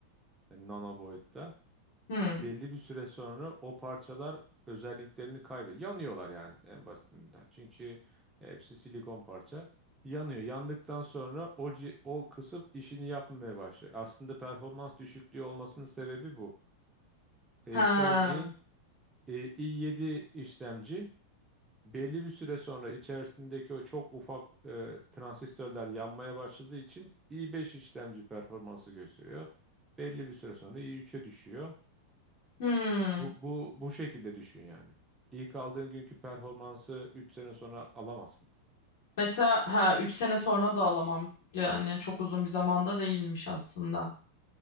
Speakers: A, on the right; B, on the left.
A: Yani nano boyutta.
B: Hmm.
A: belli bir süre sonra o parçalar özelliklerini kaybediyor. Yanıyorlar yani en basitinden. Çünkü hepsi silikon parça. Yanıyor. Yandıktan sonra o, ci- o kısım işini yapmamaya başlıyor. Aslında performans düşüklüğü olmasının sebebi bu. Ee,
B: Ha.
A: örneğin e, i7 işlemci belli bir süre sonra içerisindeki o çok ufak e, transistörler yanmaya başladığı için i5 işlemci performansı gösteriyor. Belli bir süre sonra i3'e düşüyor.
B: Hmm.
A: Bu, bu, bu şekilde düşün yani. İlk aldığın günkü performansı 3 sene sonra alamazsın.
B: Mesela ha 3 sene sonra da alamam. Yani çok uzun bir zamanda değilmiş aslında.